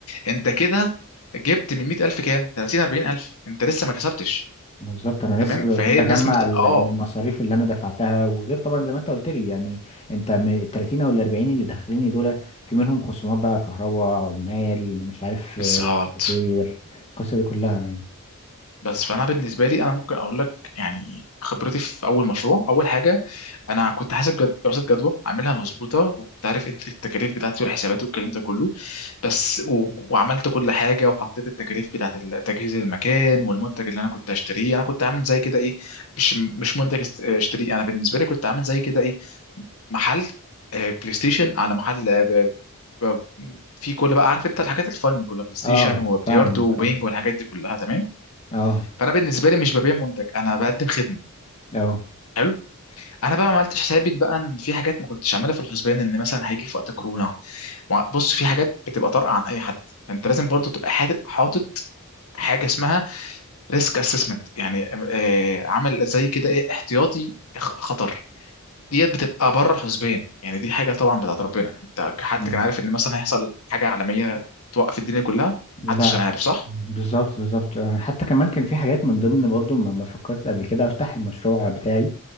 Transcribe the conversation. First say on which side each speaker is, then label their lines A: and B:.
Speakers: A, on the left (about 75°); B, on the left (about 30°).
A: انت كده جبت من 100000 كام 30 40000 انت لسه ما كسبتش
B: بالظبط انا
A: تمام
B: لسه ب-
A: فهي
B: بجمع
A: الناس بتبقى
B: ال-
A: اه
B: المصاريف اللي انا دفعتها وغير طبعا زي ما انت قلت لي يعني انت من ال 30 او ال 40 اللي داخليني دول في منهم خصومات بقى كهرباء عمال مش عارف
A: بالظبط
B: آه، تطوير القصه دي كلها يعني
A: بس فانا بالنسبه لي انا ممكن اقول لك يعني خبرتي في اول مشروع اول حاجه انا كنت حاسب جد... دراسه جدوى عاملها مظبوطه وكنت عارف انت التكاليف بتاعتي والحسابات والكلام ده كله بس و... وعملت كل حاجه وحطيت التكاليف بتاعت ال- تجهيز المكان والمنتج اللي انا كنت هشتريه انا كنت عامل زي كده ايه مش مش منتج است- اشتريه انا بالنسبه لي كنت عامل زي كده ايه محل آه، بلاي ستيشن على محل آه، ب- ب- في كل بقى عارف انت الحاجات الفن كلها بلاي ستيشن
B: اه
A: وبلياردو
B: فاهمك
A: وبينج
B: اه
A: والحاجات دي كلها تمام
B: اه
A: فانا بالنسبه لي مش ببيع منتج انا بقدم خدمه
B: اه
A: حلو انا بقى ما عملتش حسابي بقى ان في حاجات ما كنتش عاملها في الحسبان ان مثلا هيجي في وقت كورونا ما- بص في حاجات بتبقى طارئه عن اي حد فانت لازم برضو تبقى حاطط حاطط حاجه اسمها ريسك اسسمنت يعني آه، عامل زي كده ايه احتياطي خ- خطر ديت بتبقى بره الحسبان يعني دي حاجه طبعا بتاعت ربنا انت كحد
B: آه.
A: كان عارف ان مثلا هيحصل حاجه عالميه توقف الدنيا كلها
B: لا
A: محدش كان عارف صح
B: بالظبط بالظبط آه، حتى كمان كان في حاجات من ضمن برضو ما ما فكرت قبل كده افتح المشروع بتاعي